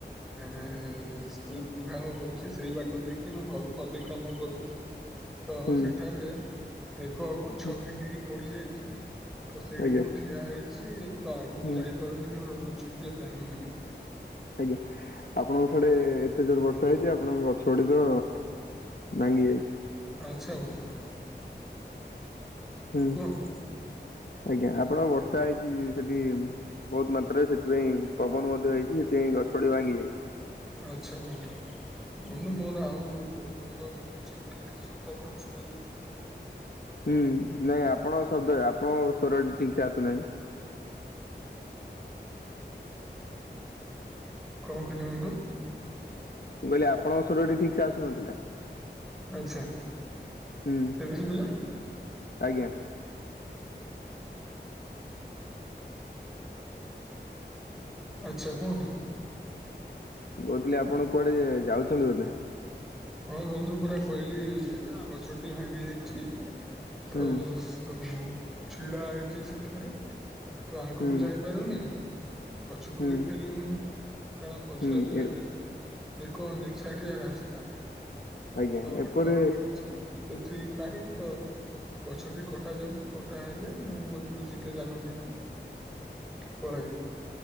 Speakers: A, in the centre; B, on the left.
A: ଆଅ <unintelligible> ବିବାହ ହଉଚି ସେଇ ବାଟ ଦେଇକି ମୁଁ ଘରକୁ ଅତିକ୍ରମ କରୁଚି। ତ
B: ହୁଁ
A: ସେଠାରେ ଏକ ଗଛ
B: ହୁଁ
A: ଭାଙ୍ଗିକି ପଡି ଯାଇଛି ତ ସେଇଠି
B: ଆଜ୍ଞା
A: ମୁଁ ଠି ଠିଆ ହେଇଚି ତ ଆଗକୁ
B: ହୁଁ
A: ଯାଇପାରୁନି ମୋର ଦୁଇ ଚକିଆ ଜାନ ନେଇକି।
B: ଆଜ୍ଞା ଆପଣଙ୍କ ସାଡେ ଏତେ ଜୋର ବର୍ଷା ହେଇଚି ଆପଣଙ୍କ ଗ ଛ ଗୁଡ଼ିକ ଭାଙ୍ଗି ଯାଇଚି।
A: ଆଛା ବନ୍ଧୁ
B: ହୁଁ
A: କୁହନ୍ତୁ
B: ଆଜ୍ଞା ଆପଣଙ୍କ ବର୍ଷା ହେଇଚି ସେଠି ବହୁତ ମାତ୍ରାରେ ସେଥିପାଇଁ ପବନ ମଧ୍ୟ ହେଇଛି ସେଥିପାଇଁ ଗଛ ଗୁଡିକ ଭାଙ୍ଗି ଯାଇଛି।
A: ଆଛା ବନ୍ଧୁ। ମୋର ଆଉ ମୋର ପଛପଟରେ କିଛି ଶବ୍ଦ ଆପଣଙ୍କୁ ଶୁଣାଯାଉଚି?
B: ହୁଁ ନାହିଁ ଆପଣ ଶବ୍ଦ ଆପଣଙ୍କ ସ୍ୱର ଠିକ୍ ସେ ଆସୁନାହିଁ।
A: କଣ କହିଲେ ବନ୍ଧୁ?
B: ମୁଁ କହିଲେ ଆପଣଙ୍କ ସ୍ୱରଟି ଠିକ ସେ ଆସୁନଥିଲା।
A: ଆଛା
B: ହୁଁ
A: ଏବେ ସୁବୁଚି <inaudible>
B: ଆଜ୍ଞା।
A: ଆଚ୍ଛା କୁହନ୍ତୁ।
B: ମୁଁ କହୁଥିଲି ଆପଣ କୁଆଡେ ଯାଉଛନ୍ତି ବୋଧେ?
A: ହଁ ବନ୍ଧୁ ପରା କହିଲି ଗଛଟି ଭାଙ୍ଗି ଯାଇଚି ତ
B: ହୁଁ
A: ତ ଛିଡା ହେଇଛି ସେଠାରେ ତ ଆଗକୁ
B: ହୁଁ
A: ଯାଇପାରୁନି ପଛକୁ
B: ହୁଁ
A: ବି ଫେର ହଉନି। କାରଣ ପଛରେ
B: ହୁଁ ଏ
A: ଏକ ନିଛାଟିଆ ରାସ୍ତା।
B: ଆଜ୍ଞା
A: ତ
B: ଏପରେ
A: ଡର ଲାଗୁଚି। ସେଥିପାଇଁ ତ ଗଛଟି କଟା ଯାଉଛି। କଟା ହେଲେ ମୁଁ ମୋର ଦୁଇ ଚିକିଆ ଯାନ ନେଇକି ପଳେଇବି।